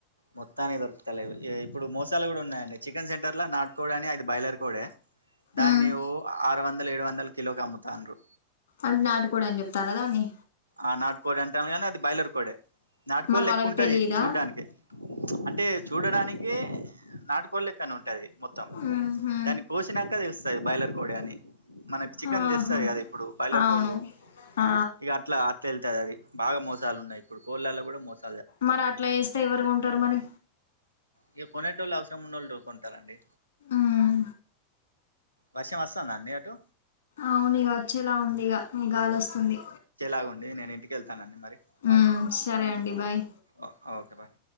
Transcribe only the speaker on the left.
ఉమ్
అది నాటు కోడి అని చెప్తారా దాన్ని
మరి
వాళ్ళకి తెలీదా
ఉహు
ఆహా
అవును
ఆ
మరి అట్లా చేస్తే ఎవరు కొంటారు మరి
మ్
అవును ఇగ వచ్చేలా ఉంది ఇగ గాలి వస్తుంది
మ్
సరే అండి బాయ్